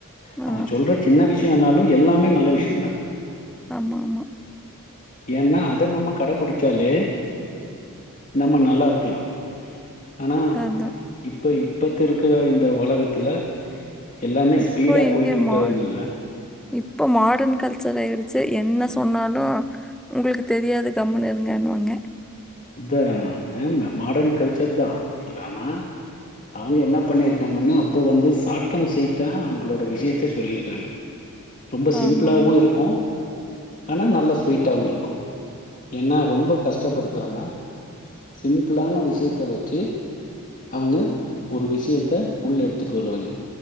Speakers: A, in the centre; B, on the left.
A: ஆ.
B: அவுங்க சொல்ற சின்ன விஷ்யோனாலு எல்லாமே நல்ல விஷ்யோந்தா
A: ஆமாமா
B: ஏனா அத நம்ம கடைப்பிடிச்சாலே நம்ம நல்லா இருக்கலா ஆனா
A: அதான்.
B: இப்ப இப்பத்த இருக்கற இந்த உலகத்தில எல்லாமே
A: இப்போ
B: ஸ்பீடா
A: எங்க
B: போய்ட்டு இருக்கறதுனால
A: மா இப்ப மாடர்ன் கல்ச்சர் ஆயிருச்சு என்ன சொன்னாலு உங்களுக்கு தெரியாது கம்முனு இருங்கனுவாங்க
B: த மாடர்ன் கல்ச்சர்தா ஆனா அவுங்க என்ன பண்ணியருக்காங்கனா அப்போது வந்து சாட் அண்ட ஸ்வீட்டா அவுங்களோட விஷ்யத்த சொல்லிருக்காங்க ரொம்ப சிம்பிளாவு
A: ஆமா, ஆமா.
B: இருக்கு ஆனா நல்லா ஸ்வீட்டாவு இருக்கு ஏனா ரொம்ப கஷ்டப்படு த்தாம சிம்பிளான விஷ்யத்த வெச்சு அவுங்க ஒரு விஷ்யத்த உள்ள எடுத்துட்டு வருவாங்க